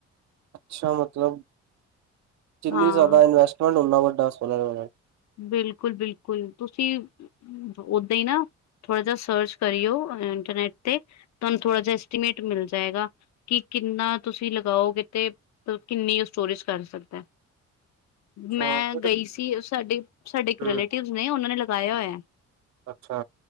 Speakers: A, on the right; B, on the left.
A: ਅੱਛਾ ਮਤਲਬ, ਜਿੰਨੀ
B: ਹਾਂ
A: ਜ਼ਿਆਦਾ ਇਨਵੈਸਟਮੈਂਟ ਉਨਾ ਵੱਡਾ ਸੋਲਰ ਪੈਨਲ
B: ਬਿਲਕੁਲ-ਬਿਲਕੁਲ ਤੁਸੀਂ ਅਂ ਓਦਾਂ ਈ ਨਾ, ਥੋੜ੍ਹਾ ਜਿਹਾ ਸਰਚ ਕਰੀਓ ਇੰਟਰਨੈਟ ਤੇ ਤੁਹਾਨੂੰ ਥੋੜਾ ਜਿਹਾ ਐਸਟੀਮੇਟ ਮਿਲ ਜਾਏਗਾ ਕਿ ਕਿੰਨਾ ਤੁਸੀਂ ਲਗਾਓਗੇ ਤੇ ਉਹ ਕਿੰਨੀ ਸਟੋਰੇਜ ਕਰ ਸਕਦਾ।
A: ਅੱਛਾ,
B: ਮੈਂ
A: ਮਤਲਬ
B: ਗਈ ਸੀ ਸਾਡੇ, ਸਾਡੇ ਇੱਕ
A: ਹੂੰ,
B: ਰਿਲੇਟਿਵਸ ਨੇ ਉਹਨਾਂ ਨੇ ਲਗਾਇਆ ਹੋਇਆ।
A: ਅੱਛਾ।